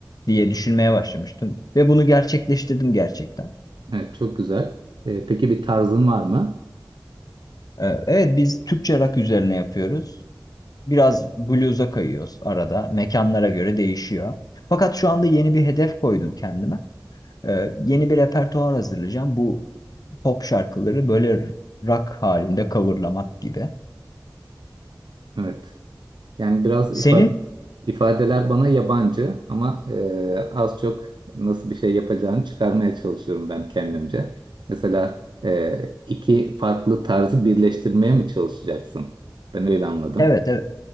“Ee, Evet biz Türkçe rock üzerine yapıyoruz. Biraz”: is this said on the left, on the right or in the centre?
Left